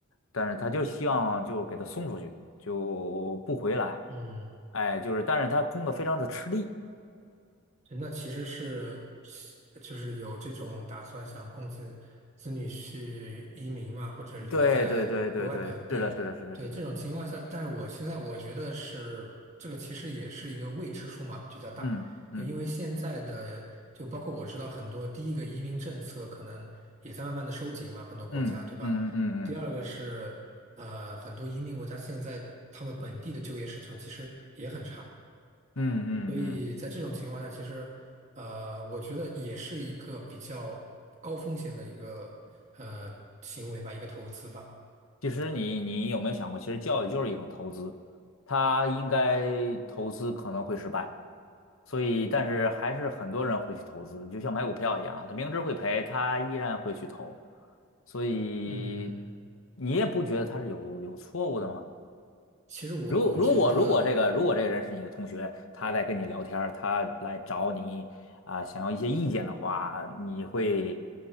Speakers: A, on the left; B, on the right.
A: 但是他就希望就给他送出去，就不回来，
B: 嗯，
A: 哎，就是，但是他供的非常的吃力，
B: 那其实是，就是有这种打算，想供子子女去移民嘛，或者留在国外本地。
A: 对对对对对，是的是的是的是的，
B: 对，这种情况下，但是我现在我觉得是这个，其实也是一个未知数嘛，比较大。
A: 嗯嗯。
B: 就因为现在的，就包括我知道很多，第一个移民政策可能也在慢慢的收紧嘛，很多国家，
A: 嗯嗯嗯嗯
B: 对吧？第二个是，呃，很多移民国家现在他们本地的就业市场其实也很差。
A: 嗯嗯嗯，
B: 所以在这种情况下，其实，呃，我觉得也是一个比较高风险的一个呃行为吧，一个投资吧。
A: 其实你你有没有想过，其实教育就是一种投资，它应该投资可能会失败，所以但是还是很多人会去投资，你就像买股票一样啊，他明知会赔，他依然会去投，所以
B: 嗯，
A: 你也不觉得他是有有错误的吗？
B: 其实我我觉得。
A: 如如果如果这个如果这个人是你的同学，他在跟你聊天儿他来找你啊、想要一些意见的话，你会